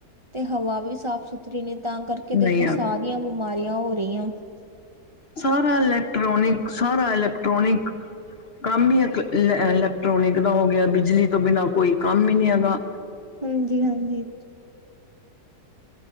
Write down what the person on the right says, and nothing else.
ਤੇ ਹਵਾ ਵੀ ਸਾਫ਼-ਸੁਥ ਰੀ ਨੀ ਤਾਂ ਕਰਕੇ
ਦੇਖੋ,
ਸਾਹ ਦੀਆਂ ਬਿਮਾਰੀਆਂ ਹੋ ਰਹੀਆਂ।
ਹਾਂਜੀ-ਹਾਂਜੀ।